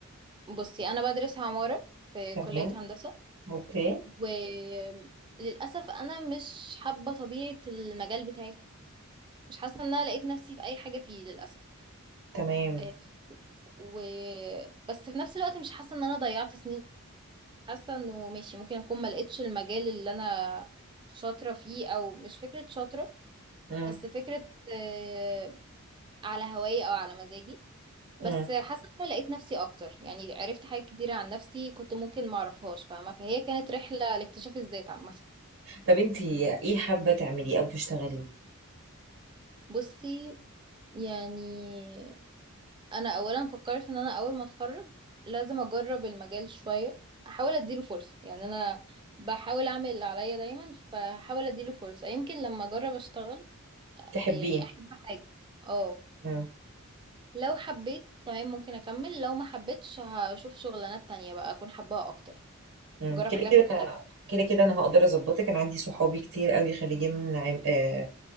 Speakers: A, on the right; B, on the right.
A: بصي انا بدرس عمارة في
B: تمام،
A: كلية هندسة
B: أوكي،
A: وللأسف انا مش حابة طبيعة المجال بتاعي مش حاسة ان انا لقيت نفسي في اي حاجة فيه للأسف
B: تمام،
A: إيه و... بس في نفس الوقت مش حاسة ان انا ضيعت سنين حاسة انه ماشي ممكن اكون ما لقيتش المجال اللي انا شاطرة فيه او مش فكرة شاطرة
B: إمم،
A: بس فكرة آه، على هواي او على مزاجي بس
B: إمم.
A: حاسة ان انا لقيت نفسي اكتر يعني عرفت حاجات كتيرة عن نفسي كنت ممكن ما اعرفهاش فاهمة فهي كانت رحلة لاكتشاف الذات عامة
B: طب أنتِ إيه حابة تعمليه أو تشتغليه؟
A: بصي يعني انا اولا فكرت ان انا اول ما اتخرج لازم اجرب المجال شوية احاول اديله فرصة يعني انا بحاول اعمل اللي عليا دايما فحاول اديله فرصة يمكن لما اجرب اشتغل
B: تحبيه؟
A: يعني احب حاجة اه
B: إمم،
A: لو حبيت تمام ممكن اكمل لو ما حبيتش هشوف شغلانات تانية بقى اكون حباها اكتر
B: إمم.
A: جرب
B: كده،
A: حاجات
B: كده
A: مختلفة
B: كده، كده أنا هاقدر أضبّطِك، أنا عندي صحابي كتير أوي خريجين من عم آآ